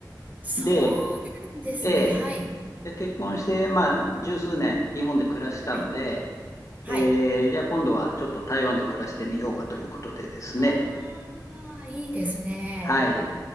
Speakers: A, on the right; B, on the left.
A: そう
B: で、
A: なんですね。
B: ええ
A: はい。
B: で、結婚して、まあ、十数年日本で暮らしたんで、
A: はい。はい。
B: えーじゃあ今度はちょっと台湾で暮らしてみようかということでですね。
A: ああ、いいですね。
B: はい。